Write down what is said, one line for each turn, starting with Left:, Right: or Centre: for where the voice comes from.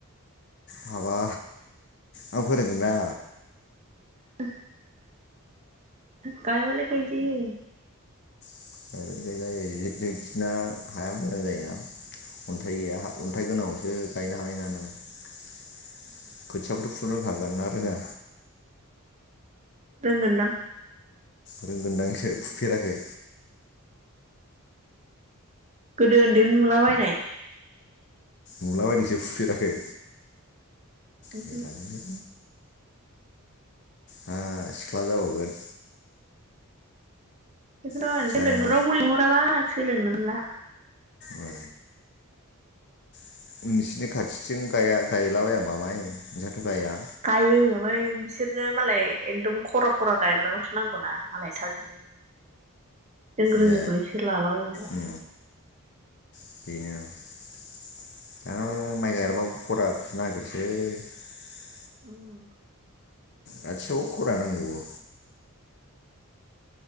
Left: माबा आं फोरोंगोनना
Right: <unintelligible> गायबालाय गायजायो
Left: <inaudible> खोथियाखौथ' फुनो रोंखागोन ना रोङा
Right: रोंगोन दां
Left: रोंगोनदांसो फुफेराखै
Right: गोदो उन्दैयाव नुलाबायनाय
Left: नुलाबायदोंसो फुफेराखै
Right: उमहो
Left: गैलालै मा सिख्ला जाबावगोन
Right: बेखौथ' नोंसोर
Left: खोथियाया
Right: लें रावबो लिंहराबा सोलोंनो मोनला
Left: ओ <unintelligible>
Right: गायो ओमफ्राय बिसोरनो मालाय एकदम खरा खरा गायग्राखौसो नांगौना मालाय थाबजोबनायनि जों रोङिखौलाय
Left: ए
Right: सोर लालाबायनांग
Left: उम <unintelligible>
Right: उम
Left: गाथसिबावबो खरा नांजोबगौ